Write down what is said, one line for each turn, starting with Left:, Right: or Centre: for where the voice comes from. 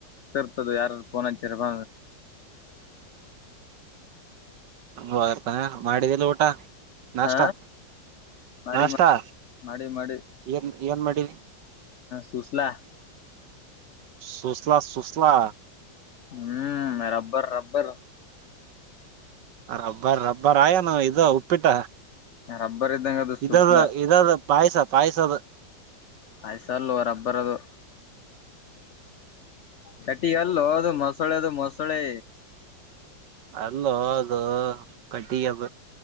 Left: ಮತ್ತ ಯಾರುೋನಚರ್ಪ
Right: ಹಾರ್ತಾನೆ ಮಾಡಿದ್ದ ನಾಷ್ಟತ
Left: ಹ ಮಾಡಿ
Right: ನಷ್ಟಾ
Left: ಮಾಡಿ ಮಾಡಿ ಮಾಡಿ
Right: ಏನ್ ಏನ್ ಮಾಡಿ
Left: ಸುಸಲ
Right: ಸುಸ್ಲಾ ಸುಸ್ಲಾ
Left: ಹ್ಮ್ ರಬ್ಬರ್ ರಬ್ಬರ್
Right: ರಬ್ಬರ್ ರಬ್ಬರ್ ಆಯ ನ ಇದು ಉಪ್ಪಿಟ್ಟ
Left: ರಬ್ಬರ್ ಇದ್ದಂಗ ಅದು ಸೂಸ್ಲ
Right: ಇದಾದ ಇದಾದ ಪಾಯಸ ಪಾಯಸದ
Left: ಪಯ್ಸ ರಬ್ಬರ್ ಅದು ಕಟಿ ಅಲ್ಲ ಅದು ಮೊಸಳೆ ಅದು ಮೊಸಳೆ
Right: ಅಲ್ಲೋ ಅದು ಕಟಿಿಯ